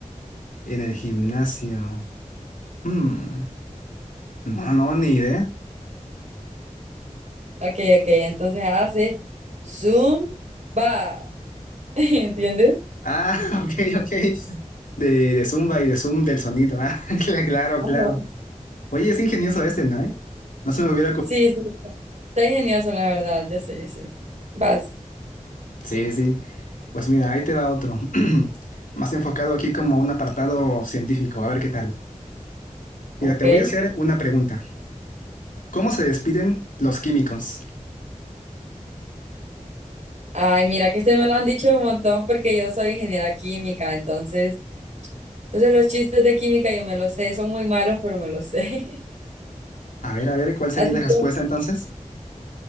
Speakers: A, on the left; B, on the right.
A: en el gimnasio. Hmm, No, no, ni idea.
B: Ok, ok, entonces hace zoom, va. <laughs> ¿Entiendes?
A: Ah, <laughs> ok, ok. De, de Zumba y de Zoom del sonido. Ah, <laughs> cla- claro,
B: Ajá.
A: claro. Oye, es ingenioso este, ¿no? eh? No se me hubiera... ocu-
B: Sí, sí, está ingenioso, la verdad, ya sé, ya sé. Vas,
A: Sí, sí. Pues mira, ahí te va otro. <clears throat> Más enfocado aquí como un apartado científico. A ver qué tal.
B: ok.
A: Mira, te voy a hacer una pregunta. ¿Cómo se despiden los químicos?
B: Ay, mira que este me lo han dicho un montón porque yo soy ingeniera química, entonces, entonces los chistes de química yo me los sé, son muy malos, pero me los sé.
A: A ver, a ver,
B: <laughs>
A: ¿cuál sería
B: Así
A: la respuesta
B: que
A: entonces?